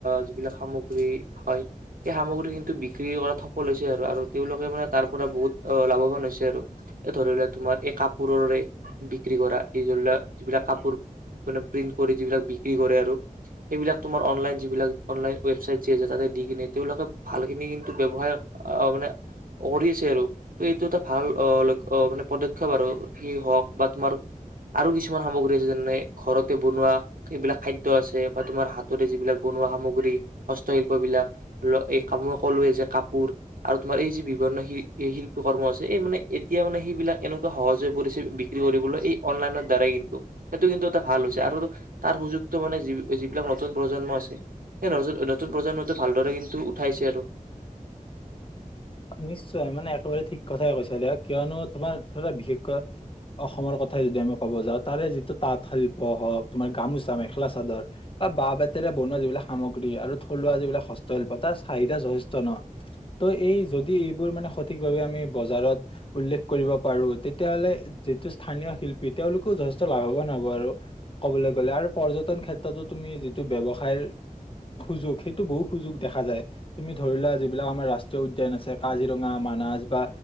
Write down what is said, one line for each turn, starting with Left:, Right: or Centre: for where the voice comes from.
Right: যিবিলাক সামগ্ৰী হয় এই সামগ্ৰী কিন্তু বিক্ৰী কৰা সফল হৈছে আৰু, আৰু তেওঁলোকে মানে তাৰ পৰা বহুত লাভৱান হৈছে আৰু, ধৰি লোৱা তোমাৰ এই কাপোৰৰে বিক্ৰী কৰা, এই ধৰিলোৱা যিবিলাক কাপোৰ, মানে প্ৰিন্ট কৰি যিবিলাক বি কি কৰে আৰু, সেইবিলাক তোমাৰ, অনলাইন যিবিলাক, অনলাইন ৱেবচাইট যে আছে, তাতে দি কিনে তেওঁলোকে ভালখিনি কিন্ত ব্যৱসায়, অ' মানে, কৰি আছে আৰু, এইটো এটা ভাল মানে পদক্ষেপ আৰু, সেই হওক বা তোমাৰ আৰু কিছুমান সামগ্ৰী আছে, যেনে ঘৰ বনোৱা সেইবিলাক খাদ্য আছে, বা তোমাৰ হাতৰে যিবিলাক বনোৱা সামগ্ৰী, হস্তশিল্প বিলাক, ল এই, মই ক'লোৱে যে কাপোৰ, আৰু তোমাৰ এই যি বিভিন্ন শিল্পী কৰ্ম আছে, এই মানে এতিয়া মানে, সেইবিলাক এনেকুৱা সহজ হৈ পৰিছে বিক্ৰী কৰিবলৈ, এই অনলাইনৰ দ্বাৰাই কিন্তু, সেইটো কিন্তু এটা ভাল হৈছে আৰু তাৰ সুযোগটো মানে যিবিলাক নতুন প্ৰজন্ম আছে, সেই নতুন প্ৰজন্মটো ভালদৰে কিন্তু উঠাইছে আৰু।
Left: নিশ্চয় মানে একেবাৰে ঠিক কথাই কৈছা দিয়া। কিয়নো তোমাৰ ধৰা বিশেষকৈ অসমৰ কথাই যদি আমি ক'ব যাওঁ, তাৰে যিটো তাঁতশিল্প হওক, তোমাৰ গামোচা, মেখেলা চাদৰ বা বাঁহ বেতেৰে বনোৱা যিবিলাক সামগ্ৰী, আৰু থলুৱা যিবিলাক হস্তশিল্প, তাৰ চাহিদা যথেষ্ট ন। তো এই যে এইবোৰ মানে সঠিক ভাৱে আমি বজাৰত, উল্লেখ কৰিব পাৰোঁ, তেতিয়াহলে যিটো স্থানীয় শিল্পী তেওঁলোকও যথেষ্ট লাভৱান হ'ব আৰু কবলৈ গ'লে, আৰু পৰ্যটন ক্ষেত্ৰতো তুমি যিটো ব্যৱসায়ৰ সুযোগ, সেইটো বহুত সুযোগ দেখা যায়, তুমি ধৰিলোৱা যিবিলাক আমাৰ ৰাষ্ট্ৰীয় উদ দ্যান আছে, কাজিৰঙা, মানাস, বা